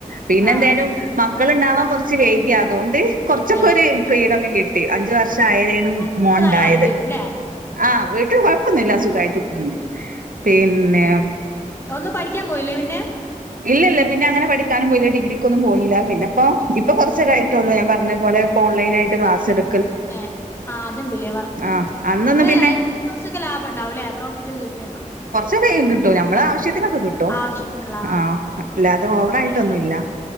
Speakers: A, on the right; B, on the left.
A: പിന്നെന്തേനു
B: ആഹ്
A: അഹ് മക്കള്ണ്ടാവാൻ കുറച്ച് വൈകി അതോണ്ട് കുർച്ചൊക്കോര്
B: ഏഹ്
A: ഫ്രീടൊക്കെ കിട്ടി അഞ്ചുവർഷായേരാണ്
B: ഹസ്ബൻഡ്
A: മോൻണ്ടായത്.
B: നല്ല വൈബേക്കുംല്ലേ
A: ആഹ് വീട്ടിൽ കൊഴപ്പൊന്നുല്ല സുഖമായിട്ട് പോന്നു പിന്നെ.
B: ഒന്ന് പഠിക്കാൻ പോയില്ലേ പിന്നെ.
A: ഇല്ല ഇല്ല പിന്നെ അങ്ങനെ പഠിക്കാനും പോയില്ലാ ഡിഗ്രിക്കൊന്നും പോയില്ല പിന്നെപ്പോ ഇപ്പൊ കൊറച്ചതായിട്ടുള്ളൂ ഞാൻ പറഞ്ഞപോലെ പ്പൊ ഓൺലൈനായി്ട്ട് ക്ലസ് എട്
B: എ ആ ത്ണ്ടല്ലേ വർക്ക്
A: ആഹ് അന്നൊന്നും
B: അയിമേ
A: പിന്നെ
B: അയിമേ കൊറച്ചൊക്കെ ലാഭണ്ടാവു ല്ലേ ഫ റ്റ്ക്ക്‌ കിട്യേണ്ടാവു
A: അത്ഏ കിട്ടൂ നമ്മള ആവശ്യത്തിനൊക്കെ കിട്ടും
B: ആവശ്യത്തിനുള്ള ആ
A: ആഹ്
B: അതന്നെ
A: ല്ലാതെ ഓവറായിട്ടൊന്നുല്ല.
B: നല്ല കാര്യാണ്